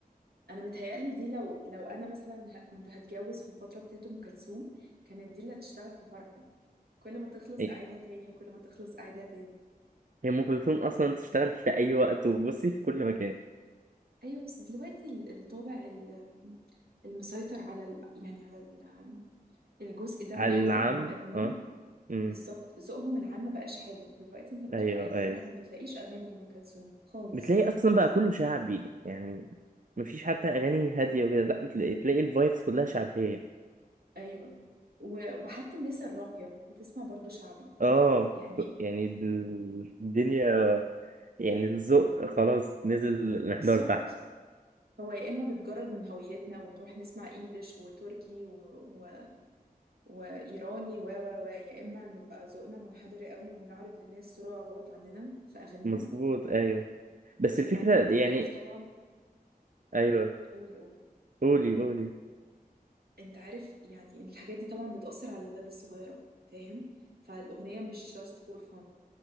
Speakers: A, on the right; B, on the right.
A: أنا متهيألي دي لو لو أنا مثلا ه- كنت هتجوز في الفترة بتاعت أم كلثوم كانت دي اللي هتشتغل في فرحي كل ما تخلص
B: هي
A: أعيدها تاني وكل ما تخلص أعيدها تاني
B: هي ام كلثوم اصلا تشتغل في اي وقت وبصي في كل مكان
A: أيوة بس دلوقتي ال- الطابع ال- المسيطر على ال... يعني على ال... الجزء ده
B: على
A: من حياة
B: العام
A: البني آدمين
B: اه امم
A: بالظبط ذوقهم العام ما بقاش حلو دلوقتي انت بتروح
B: ايوه
A: أي
B: ايوه
A: فرح ما بتلاقيش أغاني لأم كلثوم خالص
B: بتلاقي اصلا بقى كله شعبي يعني مفيش حتى اغاني هاديه وكده لا بتلاقي بتلاقي الفايبس كلها شعبيه
A: أيوة و... وحتى الناس الراقية بتسمع برضو شعبي
B: اه
A: يعني
B: ك- يعني ال- الدنيا يعني الذوق خلاص نزل الانحدار
A: بالظبط
B: تحت
A: هو يا إما نتجرد من هويتنا ونروح نسمع إنجليش وتركي و... وايراني و و و يا اما نبقى ذوقنا منحدر قوي ونعرض للناس صورة غلط عننا في اغانينا
B: مظبوط ايوه بس الفكره
A: وبعدين انت عارف
B: يعني
A: طبعا
B: ايوه
A: قول قول
B: قولي
A: قول
B: قولي
A: انت عارف يعني ان الحاجات دي طبعا بتأثر على الولاد الصغيرة فاهم فالاغنية مش just for fun